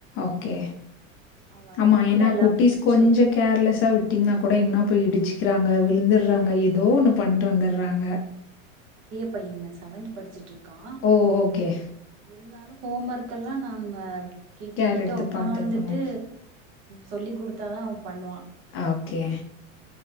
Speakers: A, on the left (about 35°); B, on the right (about 55°).
A: ஓகே
B: அவ வர்றதுக்குள்ள
A: ஆமா ஏன்னா
B: எல்லாமே
A: குட்டிஸ்
B: முடிச்சிடணு
A: கொஞ்சம் கேர்லெஸ்ஸா விட்டீங்கன்னா கூட எங்கனா போய் இடிச்சுக்கிறாங்க விழுந்துறாங்க
B: இல்ல
A: ஏதோ
B: ஆமா
A: ஒண்ணு பண்ணிட்டு வந்துறாங்க
B: இப்ப பையன் செவன்த் படிச்சட்டு இருக்கான்
A: ஓ ஓகே
B: இ இருந்தாலும் ஹோம் ஒர்க்கெல்லாம் நாம கிட்
A: கேர்
B: கிட்ட
A: எடுத்து
B: உக்காந்துட்டு
A: பாத்துக்கணு
B: சொல்லி் குடுத்தாதான் அவன் பண்ணுவான்
A: ஓகே